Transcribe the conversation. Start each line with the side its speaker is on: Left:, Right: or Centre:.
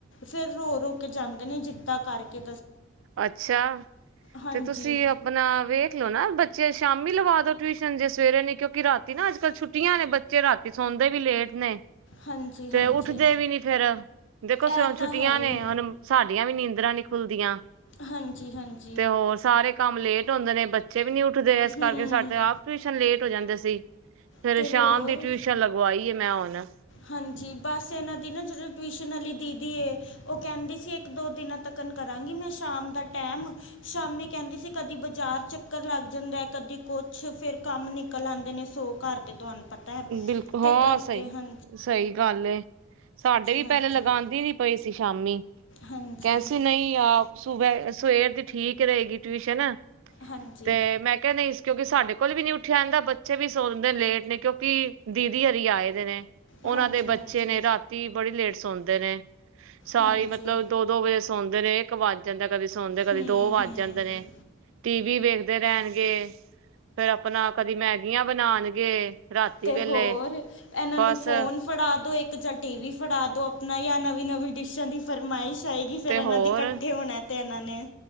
Left: ਫੇਰ ਰੋ ਰੋ ਕੇ ਜਾਂਦੇ ਨੇ ਜਿੱਦਾਂ ਕਰਕੇ।
Right: ਅੱਛਾ
Left: ਹਾਂਜੀ
Right: ਤੇ ਤੁਸੀਂ ਆਪਣਾ ਵੇਖ ਲੋ ਨਾ ਬੱਚੇ ਸ਼ਾਮੀ ਲਵਾ ਦੋ ਟਿਊਸ਼ਨ ਜੇ ਸਵੇਰੇ ਨੇ ਕਿਉਂਕਿ ਰਾਤੀ ਨਾ ਅੱਜ ਕੱਲ੍ਹ ਛੁੱਟੀ। ਛੁਟੀਆਂ ਨੇ ਬੱਚੇ ਰਾਤੀ ਸੌਦੇ ਵੀ ਲੇਟ ਨੇ।
Left: ਹਾਂਜੀ
Right: ਤੇ
Left: ਹਾਂਜੀ
Right: ਉੱਠਦੇ ਵੀ ਨੀ ਫੇਰ, ਦੇਖੋ
Left: ਇਹ ਤਾਂ
Right: ਛੁੱਟੀਆਂ
Left: ਹੈ ਹੀ
Right: ਨੇ ਹੁਣ ਸਾਡੀਆਂ ਵੀ ਨੀਂਦਰਾਂ ਨੀ ਖੁੱਲਦੀਆਂ।
Left: ਹਾਂਜੀ- ਹਾਂਜੀ।
Right: ਤੇ ਹੋਰ ਸਾਰੇ ਕੰਮ ਲੇਟ ਹੁੰਦੇ ਨੇ ਬੱਚੇ ਵੀ ਨੀ ਉੱਠਦੇ, ਇਸ
Left: ਹੂੰ
Right: ਕਰਕੇ ਸਾਡੇ ਆਪ। ਟਿਊਸ਼ਨ ਲੇਟ ਹੋ ਜਾਂਦੇ ਸੀ ਫੇਰ
Left: ਅਤੇ
Right: ਸ਼ਾਮ
Left: ਹੋਰ
Right: ਦੀ ਟਿਊਸ਼ਨ ਲਗਵਾਈ ਹੈ ਮੈਂ ਹੁਣ
Left: ਹਾਂਜੀ, ਬਸ ਇਹਨਾਂ ਦੀ ਨਾ ਜਦੋਂ ਟਿਊਸ਼ਨ ਵਾਲੀ ਦੀਦੀ ਏ, ਉਹ ਕਹਿੰਦੀ ਸੀ ਇੱਕ ਦੋ ਦਿਨਾਂ- ਤੱਕਣ ਕਰਾਂਗੀ ਮੈਂ ਸ਼ਾਮ ਦਾ ਟਾਈਮ ਸ਼ਾਮੀ ਕਹਿੰਦੀ ਸੀ ਕਦੀ ਬਾਜ਼ਾਰ ਚੱਕਰ ਲੱਗ ਜਾਂਦਾ ਕਦੀ ਕੁਛ ਫਿਰ ਕੰਮ ਨੀ ਲ ਆਉਂਦੇ ਨੇ ਸੋ ਘਰ ਤੇ ਤੁਹਾਨੂੰ ਪਤਾ ਹੈ
Right: ਬਿਲਕੁਲ
Left: ਤੇ
Right: ਹਾਂ
Left: ਕਰਕੇ
Right: ਸਹੀ
Left: ਹਾਂ
Right: ਸਹੀ ਗੱਲ ਆ, ਸਾਡੇ ਵੀ
Left: ਹਾਂਜੀ
Right: ਪਹਿਲੇ ਲਗਾਉਂਦੀ ਨੀ ਪਈ ਸੀ ਸ਼ਾਮੀ
Left: ਹਾਂਜੀ
Right: ਕੈਸੀ
Left: ਹਾਂਜੀ
Right: ਨਹੀਂ ਆ ਸੁਬ ਸਵੇਰ ਦੀ ਠੀਕ ਰਹੇਗੀ ਟਿਊਸ਼ਨ
Left: ਹਾਂਜੀ
Right: ਤੇ ਮੈਂ ਕਿਹਾ ਨਹੀਂ ਕਿਉਂਕਿ ਸਾਡੇ ਕੋਲ ਵੀ ਨੀ ਉੱਠਿਆ ਜਾਂਦਾ ਬੱਚੇ ਵੀ ਸੋਦੇ ਨੇ ਲੇਟ ਨੇ ਕਿਉਂਕਿ ਦੀਦੀ ਹਰੀ ਆਏ ਦੇ ਨੇ ਉਹਨਾਂ
Left: ਹਾਂਜੀ
Right: ਦੇ ਬੱਚੇ ਨੇ ਰਾਤੀ ਬੜੀ ਲੇਟ ਸੌਦੇ ਨੇ। ਸਾਰੀ
Left: ਹਾਂਜੀ
Right: ਮਤਲਬ ਦੋ -ਦੋ ਵਜੇ ਸੌਦੇ ਰਹੇ ਇੱਕ ਵੱਜ ਜਾਂਦਾ ਕਦੀ ਸੌਦੇ ਕਦੀ
Left: ਹੂੰ
Right: ਦੋ ਵੱਜ
Left: ਹੂੰ
Right: ਜਾਂਦੇ ਨੇ। ਟੀ ਵੀ ਵੇਖਦੇ ਰਹਿਣਗੇ ਫੇਰ ਆਪਣਾ ਕਦੀ ਮੈਗੀਆਂ ਬਣਾਉਣਗੇ। ਰਾਤੀ
Left: ਤੇ
Right: ਵੇਲੇ
Left: ਹੋਰ ਇਹਨਾਂ
Right: ਬਸ
Left: ਨੂੰ ਫੋਨ ਫੜਾ ਦੋ ਇੱਕ ਜ ਟੀ ਵੀ ਫੜਾ ਦਿਉ ਆਪਣਾ ਜਾਂ ਨਵੀਂ- ਨਵੀਂ ਡਿਸ਼ਾਂ ਦੀ ਫਰਮਾਇਸ਼ ਆਏਗੀ ਫਿਰ
Right: ਤੇ
Left: ਇਹਨਾਂ
Right: ਹੋਰ
Left: ਦੇ ਇਕੱਠੇ ਹੋਣਾ। ਤੇ ਇਹਨਾ ਨੇ